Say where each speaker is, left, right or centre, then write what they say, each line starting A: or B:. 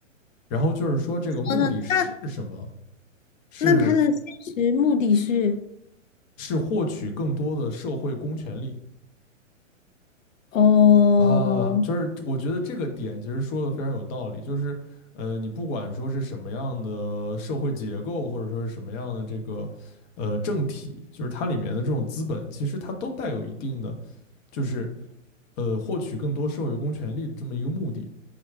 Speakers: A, on the left (about 25°); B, on the left (about 80°).
A: 然后就是说，这个目的是什么？
B: 哦，那他
A: 是
B: 那他的现实目的是
A: 是获取更多的社会公权力
B: 哦，
A: 啊，就是我觉得这个点其实说的非常有道理，就是呃，你不管说是什么样的社会结构，或者说是什么样的这个呃政体，就是它里面的这种资本，其实它都带有一定的就是呃获取更多社会公权力的这么一个目的。